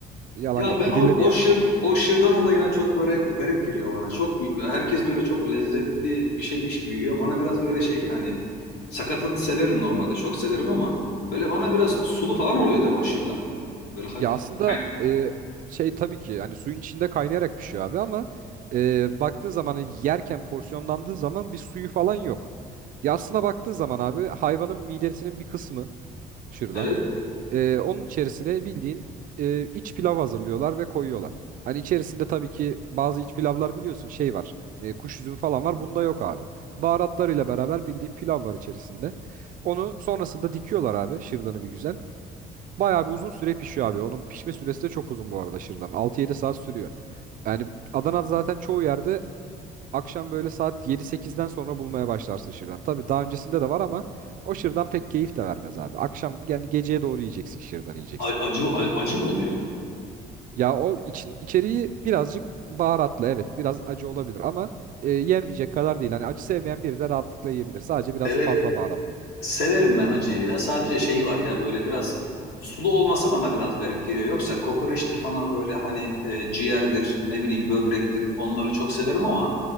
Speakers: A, on the right; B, on the left.
A: Yalan
B: Ya
A: yok.
B: ben
A: Gidilir
B: o, o
A: yani.
B: şır o şırdan olayına çok böyle garip geliyor bana. Çok herkes böyle çok lezzetli bir şeymiş gibi yiyor. Bana biraz böyle şey hani sakatadı severim normalde. Çok severim ama böyle bana biraz sulu falan oluyor değil mi o şırdan? Böyle hafif
A: Ya aslında
B: kay-
A: e, şey tabii ki hani suyun içinde kaynayarak pişiyor abi ama e, baktığın zaman hani yerken porsiyonlandığı zaman bir suyu falan yok. Ya aslına baktığın zaman abi hayvanın midesinin bir kısmı şırdan.
B: Evet.
A: E, onun içerisine bildiğin e, iç pilav hazırlıyorlar ve koyuyorlar. Hani içerisinde tabii ki bazı iç pilavlar biliyorsun şey var. E, kuş üzümü falan var. Bunda yok abi. Baharatlarıyla beraber bildiğin pilav var içerisinde. Onu sonrasında dikiyorlar abi şırdanı bir güzel. Bayağı bir uzun süre pişiyor abi. Onun pişme süresi de çok uzun bu arada şırdan. 6-7 saat sürüyor. Yani Adana zaten çoğu yerde akşam böyle saat 7-8'den sonra bulmaya başlarsın şırdan. Tabii daha öncesinde de var ama o şırdan pek keyif de vermez abi. Akşam yani geceye doğru yiyeceksin şırdan yiyeceksin.
B: A- acı a- acı mı oluyor?
A: Ya o için içeriği birazcık baharatlı evet biraz acı olabilir ama e, yenmeyecek kadar değil. Hani acı sevmeyen biri de rahatlıkla yiyebilir. Sadece biraz
B: Sever,
A: fazla baharatlı.
B: Severim ben acıyı ya. Sadece şeyi var ya böyle biraz sulu olması bana biraz garip geliyor. Yoksa kokoreçtir falan böyle hani e, ciğerdir, ne bileyim böbrektir. Onları çok severim ama